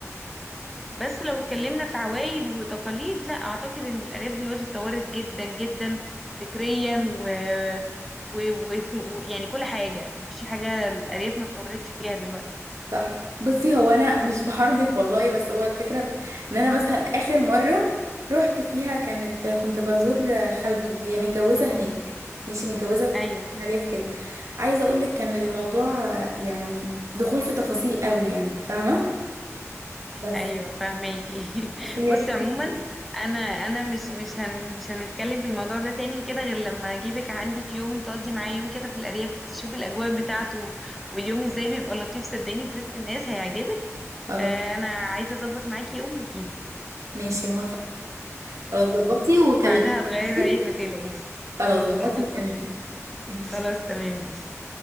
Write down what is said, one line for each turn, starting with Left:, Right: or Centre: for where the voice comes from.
Centre: بس لو اتكلمنا في عوايد وتقاليد لا اعتقد ان الارياف دلوقتي اتطورت جدا جدا فكريا و... و... و... و... يعني كل حاجه مفيش حاجه الارياف ما اتطورتش فيها دلوقتي
Right: صح بصي هو انا مش بحرضك والله بس هو الفكره في- ان انا مثلا اخر مره رحت فيها كانت كنت بزور خالته هي متجوزه هناك ماشي متجوزه في
Centre: ايوه
Right: الريف كده عايزه اقول لك كان الموضوع يعني دخول في تفاصيل قوي يعني فاهمه بس
Centre: ايوه فاهماكي <laughs>
Right: بس هي
Centre: بصي
Right: الفكره
Centre: عموما
Right: دي
Centre: انا انا مش مش هن... مش هنتكلم في الموضوع ده تاني كده غير لما اجيبك عندي في يوم تقضي معايا يوم كده في الارياف تشوف الاجواء بتاعته واليوم ازاي بيبقى لطيف صدقني في وسط الناس هيعجبك
Right: خلاص
Centre: آه، انا عايزه اظبط معاكي يوم وتجيلي
Right: ماشي موافقه خلاص ظبطي وكلميني
Centre: بعدها هتغيري
Right: ماشي
Centre: رأيك ما تقلقيش
Right: خلاص
Centre: خلاص
Right: ظبطي
Centre: احنا
Right: وكلميني
Centre: نطبق
Right: ماشي
Centre: خلاص تمام ماشي